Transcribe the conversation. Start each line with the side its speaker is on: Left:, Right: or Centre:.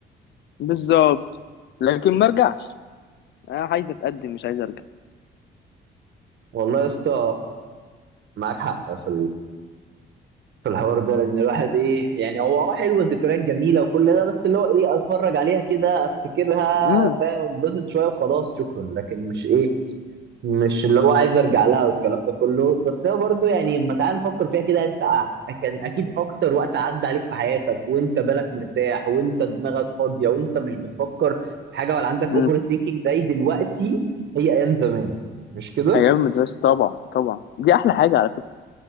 Left: بالظبط لكن ما رجعش انا عايز اتقدم مش عايز ارجع
Right: والله يا اسطى معاك حق في في الحوار ده لان الواحد ايه يعني هو اه حلوه ذكريات جميله وكل ده بس اللي هو ايه اتفرج عليها كده افتكرها
Left: امم
Right: فاهم انبسط شويه وخلاص شكرا لكن مش ايه مش اللي هو عايز ارجع لها والكلام ده كله بس هو برضو يعني لما تعال نفكر فيها كده انت ع- كان اكيد اكتر وقت عدى عليك في حياتك وانت بالك مرتاح وانت دماغك فاضيه وانت مش بتفكر في حاجه ولا عندك
Left: امم
Right: اوفر ثينكينج زي دلوقتي هي ايام زمان مش كده؟
Left: ايام المدرسه طبعا طبعا دي احلى حاجه على فكره